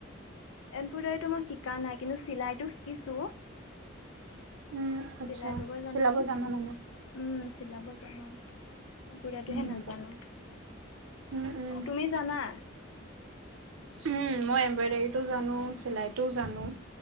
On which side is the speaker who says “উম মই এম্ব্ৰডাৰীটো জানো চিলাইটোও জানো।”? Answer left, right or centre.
Right